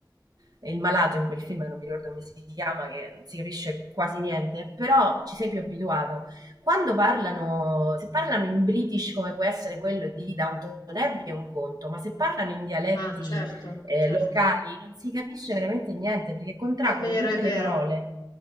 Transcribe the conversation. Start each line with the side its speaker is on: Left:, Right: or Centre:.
Right: eh, il malato in quel film che non mi ricordo come si chiama, che non si capisce quasi niente, però ci sei più abituato. Quando parlano, se parlano in British come può essere quello di Downton Abbey è un conto, ma se parlano in dialetti
Left: Ah, certo,
Right: eh,
Left: certo.
Right: locali non si capisce veramente niente perché contraggono
Left: È vero,
Right: tutte
Left: è vero.
Right: le parole.